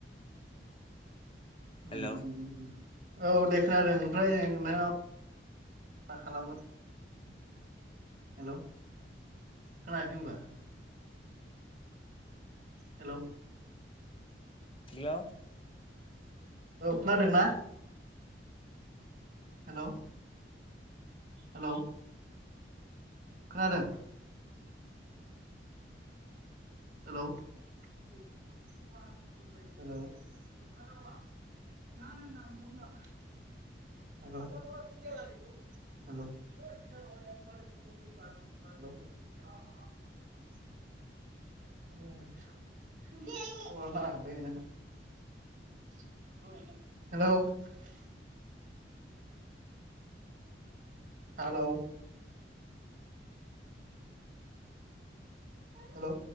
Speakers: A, on the right; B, on the left.
A: उम
B: हेलौ
A: उम उम औ दे खोनादों ओमफ्राय नोंथाङा मा खालामो? हेल' खोनायाखै होनबा? हेलौ
B: हेल'
A: खोनादोंना? हेल' हेल' खोनादों? हेल' हेल' <inaudible> हेल' <inaudible>
B: <inaudible>
A: <inaudible> हेल' हेल' हेल'